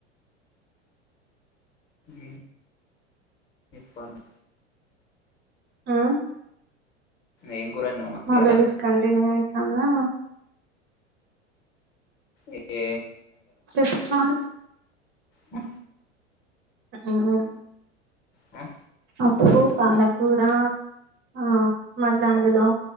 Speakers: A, on the left (about 30°); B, on the right (about 30°).
A: ఏం చెప్పాలి
B: ఆ
A: ఏం కూర వండినావు
B: మళ్ళా
A: ఇయ్యాల
B: డిస్ కంటిన్యూ అయ్ కన్నా,
A: ఎ ఏ
B: శషికాంత్
A: అ
B: ఊహూ
A: ఊ
B: పప్పు పాలకూరా ఆ మల్ల అందులో